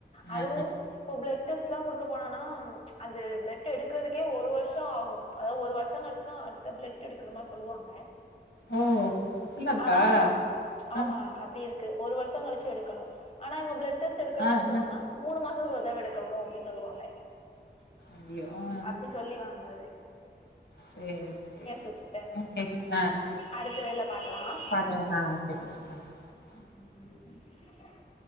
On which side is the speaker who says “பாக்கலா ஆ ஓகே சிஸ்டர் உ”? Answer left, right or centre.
Left